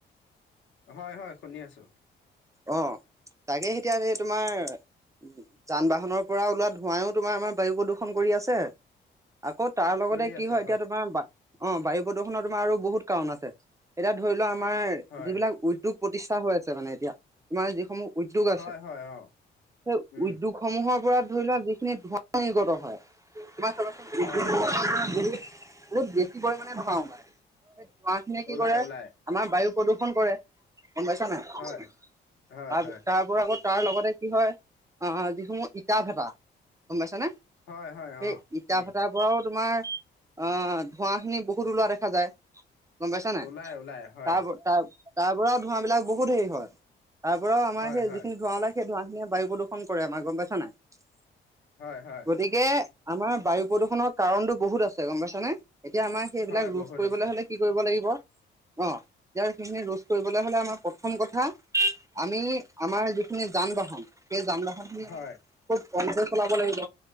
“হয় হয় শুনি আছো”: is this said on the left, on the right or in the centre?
Left